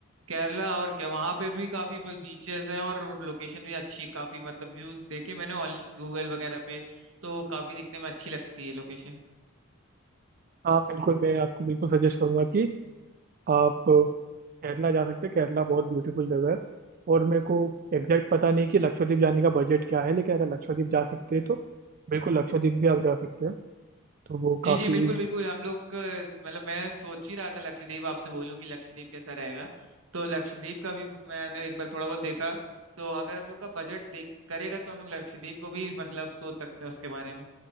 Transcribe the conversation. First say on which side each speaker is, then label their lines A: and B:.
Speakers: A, on the right (about 70°); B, on the right (about 40°).
A: केरला और क्या वहां पे भी काफी बीचेस हैं और लोकेशन भी अच्छी है काफी मतलब व्यूज देखे मैंने ऑन गूगल वगैरह पे तो काफी दिखने में अच्छी लगती है लोकेशन
B: हाँ बिल्कुल मैं आपको बिल्कुल सजेस्ट करूंगा कि आप केरला जा सकते हैं केरला बहुत ब्यूटीफुल जगह है और मेरे को एग्जैक्ट पता नहीं कि लक्षद्वीप जाने का बजट क्या है लेकिन अगर लक्षद्वीप जा सकते हैं तो बिल्कुल लक्षद्वीप भी आप जा सकते हैं तो वो
A: जी
B: काफी
A: जी बिल्कुल बिल्कुल हम लोग अ, मतलब मैं सोच ही रहा था लक्षद्वीप आपसे बोलूं कि लक्षद्वीप कैसा रहेगा तो लक्षद्वीप का भी मैंने एक बार थोड़ा बहुत देखा तो अगर हम लोग का बजट देख करेगा तो हम लोग लक्षद्वीप को भी मतलब सोच सकते हैं उसके बारे में